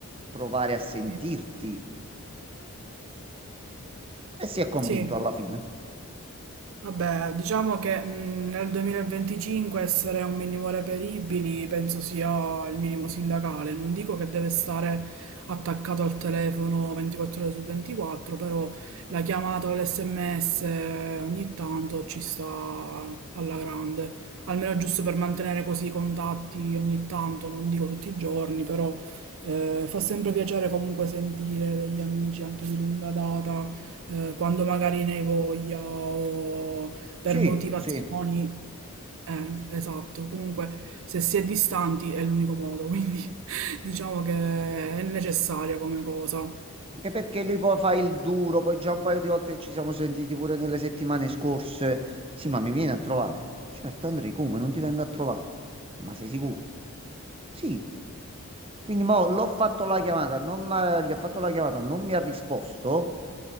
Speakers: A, on the right; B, on the right.
A: provare a sentirti
B: Sì.
A: e si è convinto
B: Sì.
A: alla fine.
B: Vabbè, diciamo che mh, nel 2025 essere un minimo reperibili penso sia il minimo sindacale. Non dico che deve stare attaccato al telefono 24 ore su 24, però la chiamata o l'SMS eh, ogni tanto ci sta alla grande. Almeno giusto per mantenere così i contatti ogni tanto, non dico tutti i giorni, però eh, fa sempre piacere comunque sentire degli amici anche di lunga data eh, quando magari ne hai voglia o
A: Sì,
B: per motivazioni.
A: sì.
B: Eh, esatto. Comunque, se si è distanti è l'unico modo, quindi <laughs> diciamo che è necessaria come cosa.
A: Anche perché lui poi fa il duro, poi già un paio di volte che ci siamo sentiti pure nelle settimane scorse. Sì, ma mi viene a trovare. Certo, Andrei, come? Non ti vengo a trovare. Ma sei sicuro? Sì, quindi mo l'ho fatto la chiamata, non m'ha- gli ho fatto la chiamata, non mi ha risposto